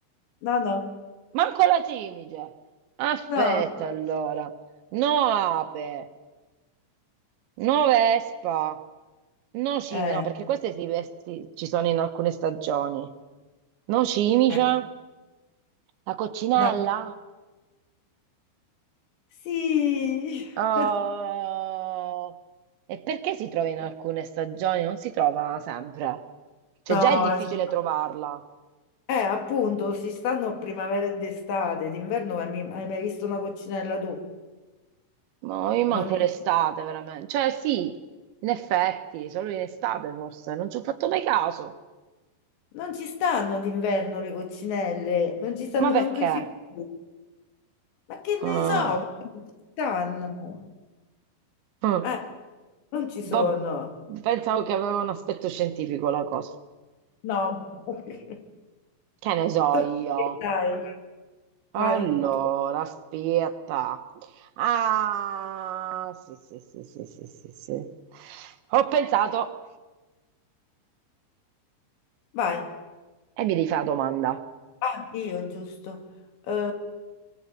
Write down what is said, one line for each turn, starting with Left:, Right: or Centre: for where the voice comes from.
Left: no, no,
Right: Manco la cimice. Aspetta
Left: no,
Right: allora. No ape, no vespa, no cimice.
Left: eh,
Right: No, perché queste si vesti- ci sono in alcune stagioni. No cimice,
Left: eh,
Right: la coccinella?
Left: no. Sì,
Right: Oh,
Left: <laughs>
Right: e perché si trova in alcune stagioni? Non si trova sempre. Cioè,
Left: no,
Right: già è difficile
Left: è scu-
Right: trovarla.
Left: eh, appunto, si stanno primavera ed estate, d'inverno hai mi- hai mai visto una coccinella tu?
Right: Ma io manco
Left: Non,
Right: l'estate,
Left: esiste.
Right: veramente. Cioè, sì, in effetti, solo in estate forse. Non ci ho fatto mai caso.
Left: non ci stanno d'inverno le coccinelle, non ci stanno
Right: Ma perché?
Left: manco i fiori, ma che
Right: Ah.
Left: ne so, però non ci stanno,
Right: Mm.
Left: eh, non ci sono,
Right: Vabb- pensavo che aveva un aspetto scientifico la cosa.
Left: no, <laughs>
Right: Che ne so
Left: tocca
Right: io.
Left: a te, dai,
Right: Allora,
Left: vai, tu-
Right: aspetta. Ah, sì, sì, sì, sì, sì, sì, sì. Ho pensato
Left: vai.
Right: e mi devi fare la domanda.
Left: Ah, io giusto. Eh,